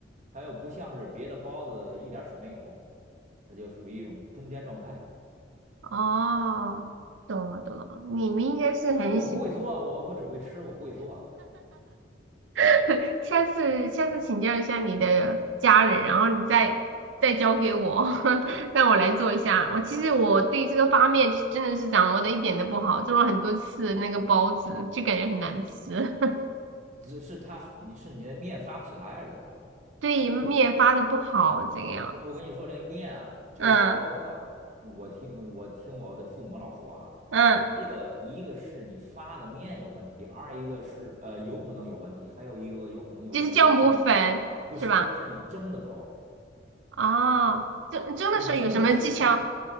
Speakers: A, on the right; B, on the right.
A: 它又不像是别的包子一点水没有，它就属于一种中间状态。
B: 哦，懂了懂了，你们应该是很喜，
A: 但是我不会做，我我只会吃，我不会做。
B: <laughs> 下次下次请教一下你的家人，然后你再再教给我，<laughs> 让我来做一下。我其实我对这个发面真的是掌握的一点都不好，做了很多次那个包子，就感觉很难吃，
A: 只是它，你是你的面发不起来还是怎么着？
B: <laughs> 对面发的不好这个样。
A: 我我跟你说，这个面啊，就这包子啊，
B: 嗯
A: 我听我听我的父母老说啊，
B: 嗯，
A: 你这个一个是你发的面有问题，二一个是呃有可能有问题，还有一个有可能有问题的是你
B: 就是酵母粉是吧？
A: 不是是你蒸的时候。
B: 哦，蒸蒸的时候有什么技巧？
A: 你蒸的时，